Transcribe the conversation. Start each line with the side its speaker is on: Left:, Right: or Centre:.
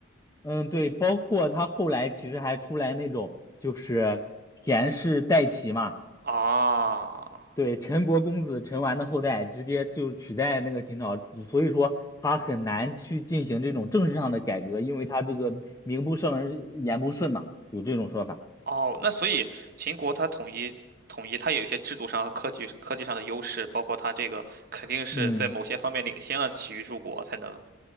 Left: 嗯，对，包括他后来其实还出来那种就是田氏代齐嘛，
Right: 啊。
Left: 对，陈国公子陈完的后代直接就取代那个秦朝，所以说他很难去进行这种政治上的改革，因为他这个名不正而言不顺嘛，有这种说法。
Right: 哦，那所以秦国它统一统一，它也有一些制度上和科技科技上的优势，包括它这个肯定是在某些方面领先了其余诸国，
Left: 嗯。
Right: 才能